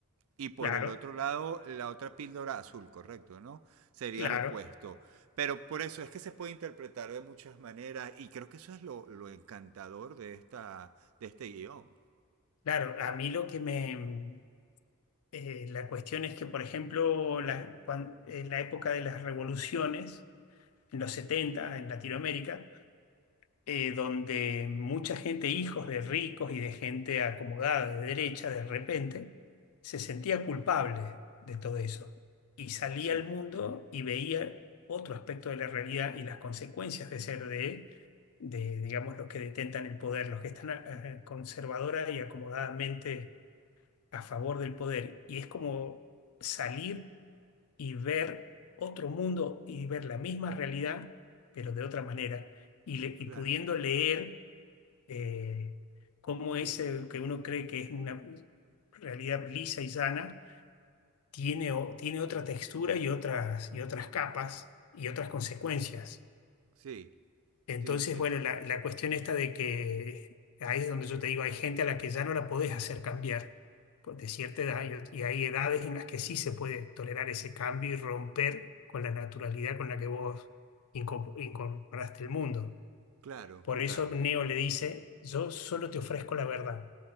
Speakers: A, on the right (about 70°); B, on the left (about 80°).
A: Y por
B: claro,
A: el otro lado, la otra píldora azul, correcto, ¿no? Sería
B: claro,
A: lo opuesto. Pero por eso es que se puede interpretar de muchas maneras y creo que eso es lo, lo encantador de, esta, de este guión.
B: claro. A mí lo que me... eh, la cuestión es que, por ejemplo, la- cuan- en la época de las revoluciones, en los 70 en Latinoamérica, eh, donde mucha gente, hijos de ricos y de gente acomodada de derecha, de repente, se sentía culpable de todo eso y salía
A: Sí,
B: al mundo y veía otro aspecto de la realidad y las consecuencias de ser de, de digamos, los que detentan el poder, los que están eh, conservadora y acomodadamente a favor del poder. Y es como salir y ver otro mundo y ver la misma realidad, pero de otra manera, y, le-
A: claro.
B: y pudiendo leer eh, cómo ese que uno cree que es una realidad lisa y sana, tiene, o- tiene otra textura y otras, y otras capas y otras consecuencias.
A: Sí,
B: Entonces,
A: sí, sí.
B: bueno, la, la cuestión esta de que ahí es donde yo te digo, hay gente a la que ya no la podés hacer cambiar pues, de cierta edad y, ot- y hay edades en las que sí se puede tolerar ese cambio y romper con la naturalidad con la que vos incorpo- incorporaste el mundo.
A: Claro,
B: Por
A: claro.
B: eso Neo le dice, yo solo te ofrezco la verdad,